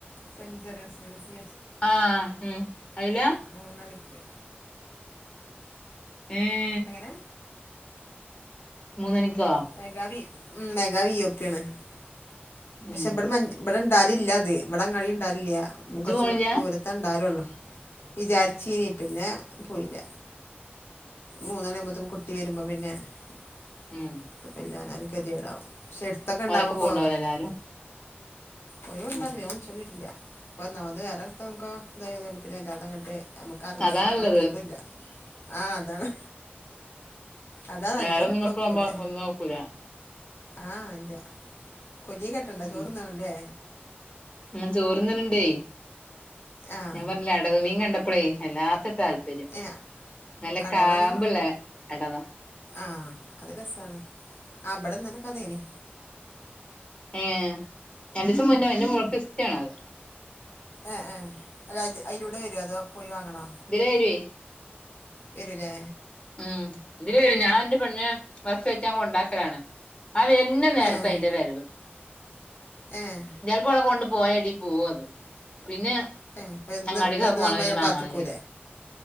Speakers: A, on the left; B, on the left.
A: സെഞ്ചറിയൻസിഡൻസി
B: ആഹ് ഉം അയില
A: മൂന്നണിക്ക്
B: ഏഹ്
A: എങ്ങനെ
B: മൂന്നണിക്കോ
A: <unintelligible> പക്ഷെ
B: ഉം
A: ഇവിടെ ഇവിടെണ്ടാകില്ല അത് ഇവിട കഴിയിഉണ്ടാവില്ല
B: ഇജ്ജ്
A: കുറച്ച്
B: പോണില്ല
A: ദൂരത് ത്തണ്ടാലള്ളൂ വിചാരിച്ച ഇനി പിന്നെ പോയില്ല മൂന്നുമണിയാകുമ്പോത്തേക്കും കുട്ടി വരുമ്പോ പിന്നെ <unintelligible>
B: ഉം
A: ഗെതികേടാവും പക്ഷെ എടുത്തൊക്കെ ഉണ്ടാവുമ്പോ
B: ഓലൊക്കെ പോവ്ണ്ടാവൂലേ
A: പോകാനാരെ
B: എല്ലാരും
A: ഒഴിവ് ഉണ്ടാവും
B: ഉം
A: ഞാൻ ചോദിച്ചിട്ടില്ല അപ്പൊ ഒന്നാമത് <unintelligible> പിന്നെ അല്ലാത അങ്ങിട്ട് നമക്ക്റങ്ങിട്ട്
B: അതാണ്ള്ളത്
A: നോക്കിട്ടില്ല ആഹ് അതാണ് അതാ അല്ലെങ്കി
B: വേറൊന്നും
A: എപ്പളോ
B: ഇവക്ക് പോകുമ്പോ
A: പോവില്ലേ
B: ഒന്നും നോക്കൂല
A: ആഹ് അല്ല കൊല്ലിയ കെട്ടണ്ട
B: ഉം
A: ചോറ്ന്ന് കാണും ല്ലേ
B: ഉം ചോറ്തിന്നണ് ണ്ടേ
A: ആഹ്
B: ഞാൻ പറഞ്ഞില്ലേ അടവ് മീൻ കണ്ടപ്പോളേ വല്ലാത്ത താൽ പര്യം
A: ഏ
B: നല്ല
A: അടവാണ്
B: കാമ്പുള്ളേ എടത
A: ആഹ് അത് രസാണ് ആ ബ്ടന്നെലേക്ക അതേന്
B: ഏഹ് രണ്ടു ദിവസം മുന്ന അന്റെ മോൾക്ക് ഇഷ്ട്ടാണ് അത്
A: ആഹ് ആഹ് അല്ല അത് അതിലൂടെ വരോ അതോ പോയി വാങ്ങണോ
B: ഇതിലേ വരുവേ
A: വരൂല്ലേ
B: ഉം ഇതില് വരും ഞാൻ എന്റെ പെണ്ണിനെ ബസ്സേറ്റാൻ കൊണ്ടാക്കലാണ് അവരുന്ന നേരത്ത
A: ഏഹ്
B: അതിന്റെ വരവ്
A: ഏഹ്
B: പ്പോളെ കൊണ്ട് പോയടി പോവത് പിന്നെ
A: ഏഹ് അപ്പൊ എന്നും
B: അങ്ങാടിക്ക്
A: എന്നും
B: പോണം
A: വാങ്ങുമ്പോ
B: അത് പിന്നെ
A: അയാൾ
B: മാങ്ങണെങ്കി
A: കാത്ത്ക്കൂലേ